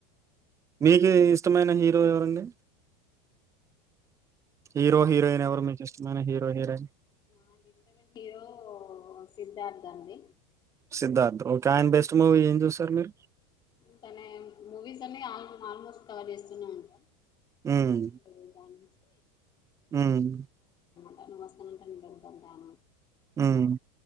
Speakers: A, on the right (about 20°); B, on the left (about 30°).
A: మీకు ఇష్టమైన హీరో ఎవరండి హీరో హీరోయిన్ ఎవరు మీకిష్టమైన హీరో హీరోయిన్
B: నాకిష్టమైన హీరో సిద్ధార్థ్ అండి
A: సిద్ధార్థ్ ఓకే ఆయన బెస్ట్ మూవీ ఏం చూశారు మీరు
B: తనే మూవీస్ అన్ని ఆల్మోస్ట్ కవర్ చేస్తూనే ఉంటా
A: హ్మ్.
B: బొమ్మ రెండు మార్నింగ్స్
A: హ్మ్
B: తను వస్తానంటే నేను వద్దంటాన
A: హ్మ్